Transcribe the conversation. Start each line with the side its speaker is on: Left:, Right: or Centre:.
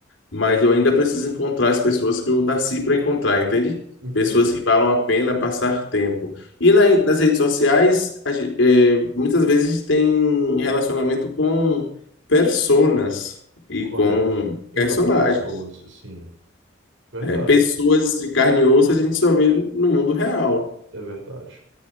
Left: mas eu ainda preciso encontrar as pessoas que eu nasci para encontrar, entende?
Right: Entendo,
Left: Pessoas que valam a pena passar tempo. E na- nas redes sociais, a gen- eh, muitas vezes a gente tem relacionamento com personas e
Right: correto.
Left: com
Right: E
Left: personagens.
Right: não com pessoas, sim. Verdade,
Left: É, pessoas de carne e osso a gente só vê no mundo real.
Right: é verdade.